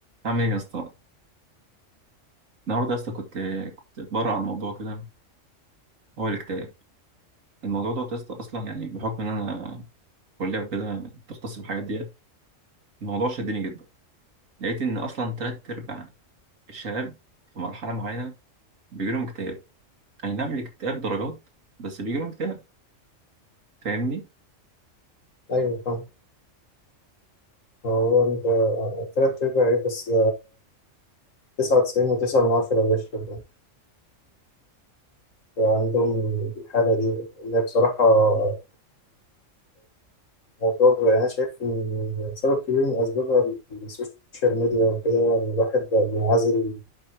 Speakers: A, on the right (about 85°); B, on the left (about 80°).
A: عامل ايه يا اسطى النهارده يا اسطى كنت كنت اتبرع عن موضوع كده هو الاكتئاب الموضوع ده يا اسطى اصلا يعني بحكم ان انا كليه وكده بتختص بالحاجات دي الموضوع شدني جدا لقيت ان اصلا تلات ارباع الشباب في مرحله معينه بيجيلهم اكتئاب اي نعم الاكتئاب درجات بس بيجيلهم اكتئاب فاهمني
B: ايوه فاهم هو انت تلات ارباع ايه بس تسعة وتسعين وتسعة من عشرة بشر عندهم الحالة دي اللي هي بصراحة آه، موضوع أنا شايف إن سبب كبير من أسبابها السوشيال ميديا وكده إن الواحد بقى منعزل